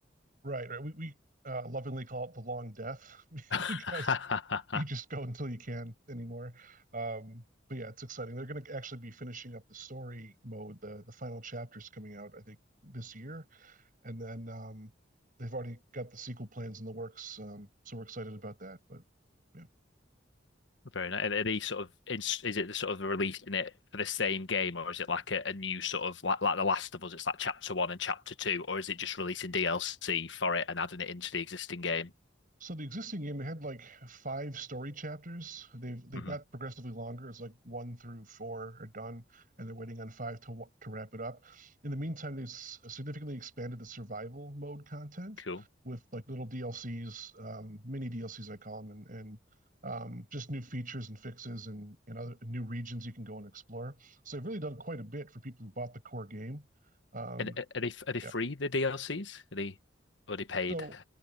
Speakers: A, on the right; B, on the left.
A: Right, right. We, we uh, lovingly call it the long death <laughs>
B: <laughs>
A: because you just go until you can anymore. Um, but yeah, it's exciting. They're going to actually be finishing up the story mode. The the final chapter's coming out, I think, this year, and then um, they've already got the sequel plans in the works. Um, so we're excited about that. But yeah,
B: Very nice. Are they sort of is, is it the sort of releasing it for the same game, or is it like a, a new sort of like like The Last of Us? It's like chapter one and chapter two, or is it just releasing DLC for it and adding it into the existing game?
A: So the existing game had like five story chapters. They've they've
B: hmm
A: got progressively longer. It's like one through four are done, and they're waiting on five to to wrap it up. In the meantime, they've significantly expanded the survival mode content
B: Cool.
A: with like little DLCs, um, mini DLCs I call them, and and um, just new features and fixes and and other new regions you can go and explore. So they've really done quite a bit for people who bought the core game. Um,
B: And a- are they are they
A: yeah,
B: free the DLCs? Are they are they paid?
A: so